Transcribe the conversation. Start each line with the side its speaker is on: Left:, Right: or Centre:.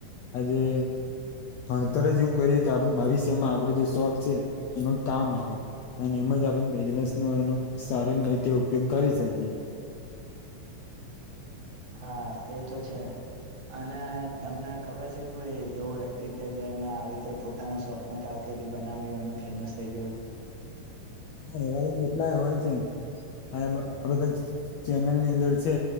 Left: આજે ભણતર જ એવું કરીએ કે આપડ ભવિષ્યમાં આપડો જે શોખ છે એમાં કામ આવે ન એમે મજા આપ બિઝનેસ નો એનો સારો જ રનીતે ઉપયોગ કરી શકીએ
Right: હા એ તો છે અને તમને ખબર છે કોઈ એવું વ્યક્તિ કે જેને આવી રીતે પોતાના શોક ના કારણે તે રીલ બનાવી હોય અને ફેમસ થઈ ગયો હોય
Left: હા એવા કેટલાય હોય છે આ આ બધા ચ ચેનલ ની અંદર છે